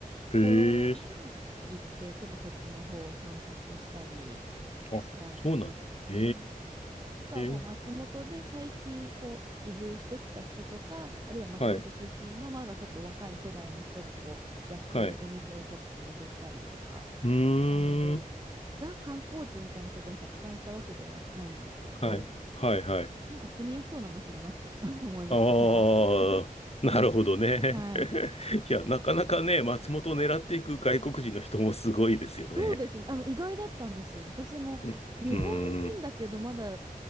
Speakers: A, on the left; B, on the right.
A: ええ、
B: ころに行って、ちょっとそっちの方を散策したり
A: あ、
B: したそうですね。
A: そうなんえ
B: あとはもう松本で最近こう移住してきた人とか、
A: え、
B: あるいは松本出身のまだちょっと若い世代の人がこうやってるお店をちょっと巡ったりとか
A: はい、はい。うーん。
B: したので、ザ観光地みたいなとこにたくさん行ったわけではないんですけど、
A: はい。はい、はい。
B: なんか住みやすそうな街だなって <laughs> 思いました、
A: ああ、
B: コンパクトで
A: なるほどね。
B: <laughs> はい。
A: <laughs> いや、なかなかね、松本を狙っていく外国人の人もすごいですよね。
B: そうですね。あの、意外だったんですよ。私も日本人だけど、
A: うん、うーん、
B: まだ